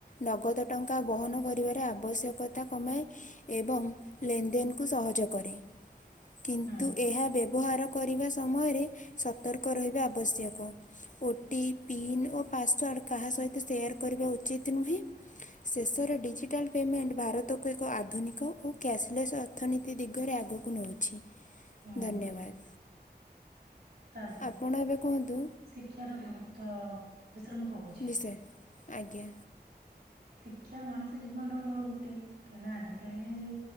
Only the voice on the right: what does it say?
ହୁଁ
ହୁଁ
ତାପରେ
ଶିକ୍ଷାର ଗୁରୁତ୍ବ ବିଷୟରେ ମୁଁ କହୁଚି।
ଶିକ୍ଷା ମଣିଷ ଜୀବନର ମୂଳ ବୃତ୍ତି କାହିଁକିନା ଆଜିିକାଲି